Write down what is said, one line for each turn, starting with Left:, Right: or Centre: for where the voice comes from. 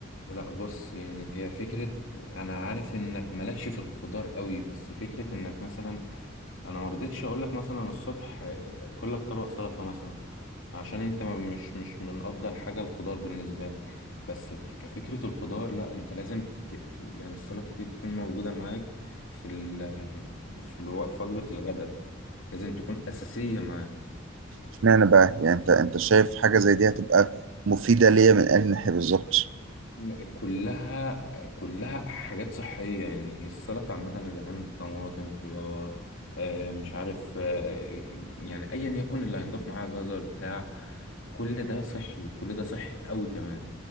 Left: لا بص يعني هي فكرة انا عارف انك مالكش في الخضار قوي بس فكرة انك مثلا انا مرضتش اقولك مثلا الصبح آه، كلك طبق سلطة مثلا عشان انت ما- مش مش من افضل حاجة الخضار بالنسبة لك بس ك- كفكرة الخضار لا انت لازم ت... ت- يعني السلطة دي تكون موجودة معاك في ال... في الو... في وجبة الغداء لازم تكون اساسية معاك
Right: اشمعنى بقى يعني انت انت شايف حاجة زي دي هتبقى مفيدة ليا من انهي ناحية بالظبط
Left: م- كلها كلها حاجات صحية يعني هي السلطة عامة إذا كانت طماطم خيار آه مش عارف آه آه، يعني أيا يكن اللي هينضاف معاها جزر بتاع كل ده صحي كل ده صحي قوي كمان